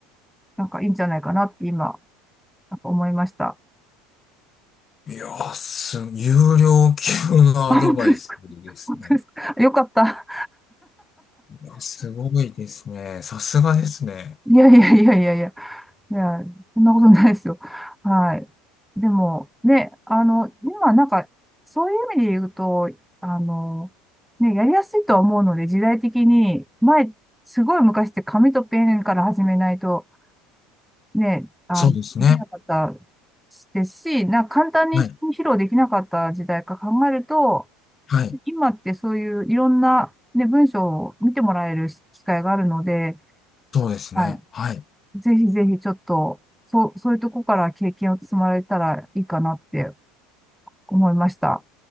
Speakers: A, in the centre; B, on the left.
A: なんかいいんじゃないかなって今、なんか思いました。
B: いやー、す、有料級のアドバイスですね。
A: あ、本当ですか。<laughs> 本当ですか。よかった。
B: いやすごいですね。さすがですね。
A: <laughs> いやいやいやいやいや。いや、そんなことないですよ。はい。でも、ね、あの、今なんか、そういう意味で言うと、あの、ね、やりやすいとは思うので、時代的に、前、すごい昔って紙とペンから始めないと、ね、あの、
B: そうですね。
A: できなかったですし、なんか簡単に披露できなかった時代か考えると、
B: はい、はい、
A: 今ってそういういろんな、ね、文章を見てもらえる機会があるので、
B: そうですね。
A: は
B: はい、
A: いぜひぜひちょっと、そう、そういうとこから経験を積まれたらいいかなって思いました。